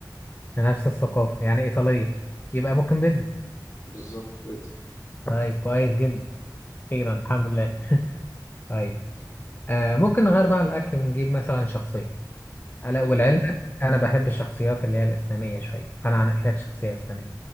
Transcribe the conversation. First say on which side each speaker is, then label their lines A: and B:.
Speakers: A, on the left; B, on the left.
A: نفس الثقافة يعني إيطالية يبقى ممكن بيتزا
B: بالظبط بيتزا
A: طيب كويس جدا أخيرا الحمد لله طيب آه ممكن نغير بقى الأكل ونجيب مثلا شخصية ألا
B: تمام
A: والعلم أنا بحب الشخصيات اللي هي الإسلامية شوية فأنا هنقي لك شخصية إسلامية